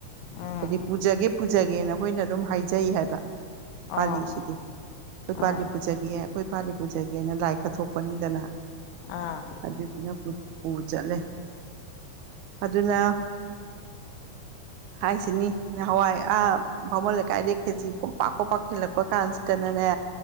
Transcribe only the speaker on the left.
ꯎꯝ
ꯑꯣ
ꯑꯥ
ꯑꯥ